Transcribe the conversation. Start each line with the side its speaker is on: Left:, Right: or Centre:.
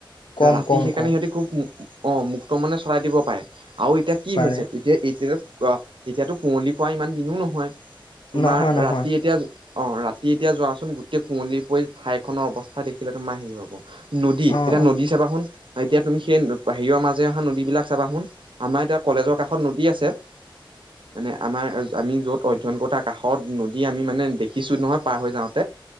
Left: কম
Right: ৰাতি
Left: কম
Right: সেইকাৰণে
Left: কম
Right: সিহঁতি খুব অ মুক্ত মানে চলাই দিব পাৰে আৰু এতিয়া কি
Left: পাৰে
Right: হৈছে এতিয়া এতিয়া কোৱা এতিয়াতো কুঁৱলি পৰা ইমান দিনো নহয় তোমাৰ
Left: নহয় নহয়
Right: ৰাতি এতিয়া অ ৰাতি এতিয়া যোৱাচোন গোটেই কুঁৱলী অই ঠাইখনৰ অৱস্থা দিখ খে তোমাৰ হ ক। নদী
Left: অঁ
Right: এটা
Left: অঁ
Right: নদী
Left: হয়
Right: চাবা চোন, এতিয়া তুমি সেই বাহিৰ মাছবোৰ যে অহা নদীবিলাক চাবা সোন আমাৰ এতিয়া কলেজৰ কাষত নদী আছে। মানে আমাৰ আমি য'ত অধ্যয়ন কৰোতে কাষত নদী আমি মানে দেখিছো নহয় পাৰ হৈ যাওঁতে